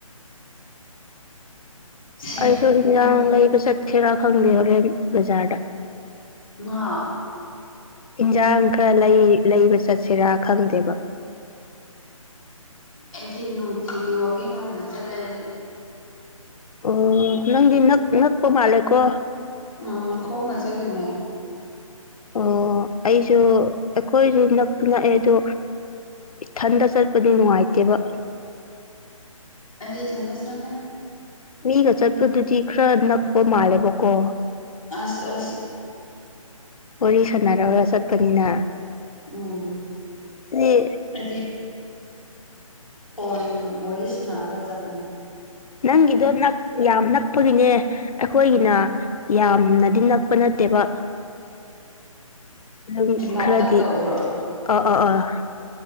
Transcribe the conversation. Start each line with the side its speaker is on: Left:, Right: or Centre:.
Centre: ꯁꯦꯝ
Left: ꯑꯩꯁꯨ ꯍꯤꯟꯖꯥꯡ
Centre: ꯎꯝ
Left: ꯂꯩꯕ ꯆꯠꯀꯦꯔꯥ ꯈꯪꯗꯦ ꯍꯣꯔꯦꯟ ꯕꯖꯥꯔꯗ
Centre: ꯉꯥ
Left: ꯏꯟꯖꯥꯡ ꯈꯔ ꯂꯩ ꯂꯩꯕ ꯆꯠꯁꯤꯔꯥ ꯈꯪꯗꯦꯕ
Centre: ꯑꯩꯗꯤ ꯅꯨꯡꯇꯤꯒꯤ ꯋꯥꯛꯀꯤꯡ ꯍꯣꯝꯅ ꯆꯠꯂꯦ ꯑꯩꯗꯤ
Left: ꯑꯣ ꯅꯪꯗꯤ ꯅꯞ ꯅꯞꯄ ꯃꯥꯂꯦ ꯀꯣ
Centre: ꯎꯝ ꯈ‌ꯣꯡꯅ ꯆꯠꯂꯤꯃ‌ꯦ
Left: ꯑꯣ ꯑꯩꯁꯨ ꯑꯩꯈꯣꯏꯁꯨ ꯅꯛꯇ ꯅꯛꯑꯦ ꯑꯗꯣ ꯏꯊꯟꯗ ꯆꯠꯄꯗꯤ ꯅꯨꯡꯉꯥꯏꯇꯦꯕ
Centre: ꯑꯩꯩꯗꯤ ꯏꯊꯟꯗ ꯆꯠꯂꯦ
Left: ꯃꯤꯒ ꯆꯠꯄꯗꯨꯗꯤ ꯈꯔ ꯅꯛꯄ ꯃꯥꯜꯂꯦꯕꯀꯣ
Centre: ꯑꯁ ꯑꯁ
Left: ꯋꯥꯔꯤ ꯁꯥꯟꯅꯔꯒ ꯆꯠꯄꯅꯤꯅ
Centre: ꯎꯝ
Left: ꯑꯗꯨꯗꯤ
Centre: ꯑꯩꯗꯤ ꯐꯣꯟ ꯋꯥꯔꯤ ꯁꯥꯟꯅꯔꯒ ꯆꯠꯄꯅꯤ
Left: ꯅꯪꯒꯤꯗꯣ ꯅꯛ ꯌꯥꯝ ꯅꯛꯄꯒꯤꯅꯦ ꯑꯩꯈꯣꯏꯒꯤꯅ ꯌꯥꯝꯅꯗꯤ ꯅꯛꯄ ꯅꯠꯇꯦꯕ ꯑꯗꯨꯝ
Centre: ꯂꯥꯞꯇꯛ
Left: ꯈꯔꯗꯤ
Centre: ꯇꯧꯕ꯭ꯔꯣ
Left: ꯑ ꯑꯥ ꯑꯥ